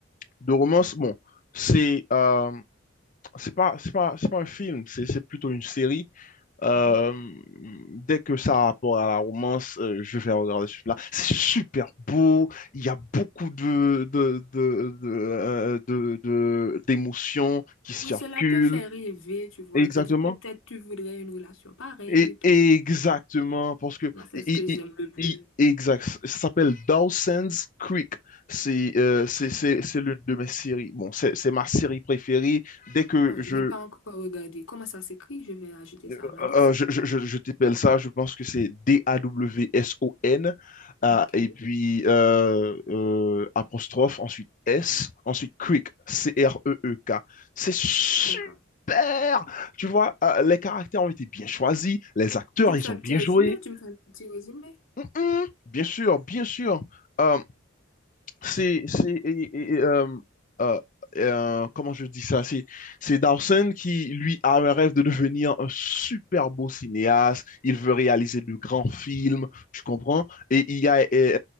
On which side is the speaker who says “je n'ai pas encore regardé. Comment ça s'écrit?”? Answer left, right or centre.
Left